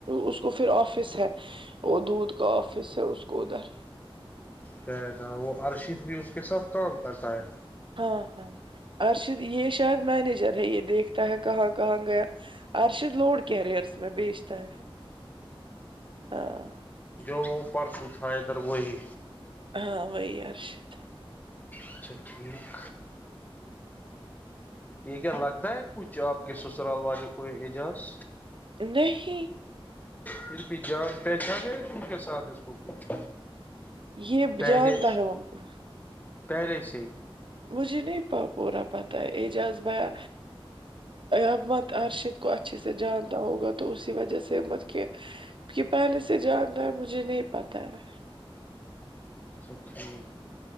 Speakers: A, on the right (about 60°); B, on the left (about 15°).
A: اس کو پھر آفس ہے وہ دودھ کا آفس ہے اس کو ادھر
B: شاید ہاں وہ ارشید بھی اس کے ساتھ کام کرتا ہے
A: ہاں ہاں ارشد یہ شاید مینیجر ہے یہ دیکھتا ہے کہاں کہاں گیا ارشد لوڈ کیریئرس میں بیجتا ہے ہاں
B: جو وہ پرسو تھا ادھر وہ ہی
A: ہاں وہی ارشد
B: اچھا ٹھیک یہ کیا لگتا ہے کچھ آپ کے سسرال والے کو اعجاز
A: نہیں
B: پھر بھی جان پہچان ہے ان کے ساتھ اس کو کچھ
A: یہ
B: پہلے
A: جانتا ہے ان کو
B: پہلے سے ہی
A: مجھے نہیں پورا پتہ ہے اعجاز بھیا اب مت ارشد کو اچھے سے جانتا ہوگا تو اسی وجہ سے مت کہ یہ پہلے سے جانتا ہے مجھے نہیں پتا ہے
B: اچھا ٹھیک